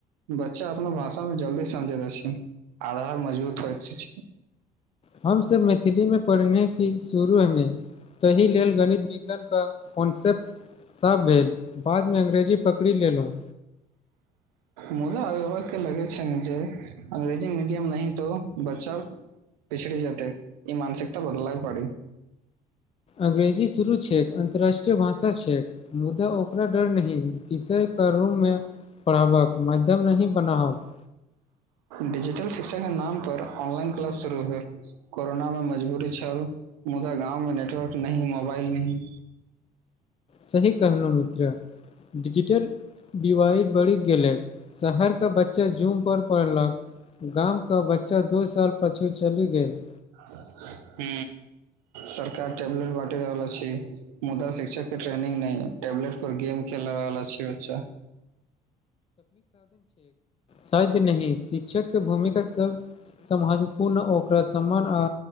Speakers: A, on the right; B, on the left.
A: बच्चा अपना भाषामे जल्दी समझे अछि आधार मजबूत होइत छै
B: हमसब मैथिलीमे पढ़ने क शुरूमे तहि लेल गणित विज्ञानके कॉन्सेप्ट सभ भेल बादमे अंग्रेजी पकड़ि लेलहुँ
A: मूदा इहो के लगे छै ने जे अंग्रेजी मीडियम नहि तो बच्चा पिछड़ी जेतै ई मानसिकता बदलय परी
B: अंग्रेजी शुरू छै आन्तरराष्ट्रीय भाषा छै मुदा ओकरा डर नहि विषयके रूम मे पढ़बक माध्यम नहि बनाबक
A: डिजिटल शिक्षा के नाम पर ऑनलाइन क्लास शुरू भेल कोरोना मे मजबूरी छल मुदा गाँव मे नेटवर्क नहि मोबाइल नहि
B: सही कहलहु मित्र डिजिटल डिवाइ बढ़ि गेलै शहर के बच्चा जूम पर पढ़लक गामके बच्चा दू साल पाछू चलि गेल
A: <inaudible> ह सरकार टेबलेट बाँटि रहल अछि मुदा शिक्षक के ट्रेनिंग नहि <unintelligible> पर गेम खेलवला छी बच्च
B: शायद नहि शिक्षकके भूमिका सम सभसँ महत्वपूर्ण ओकरा सम्मान आ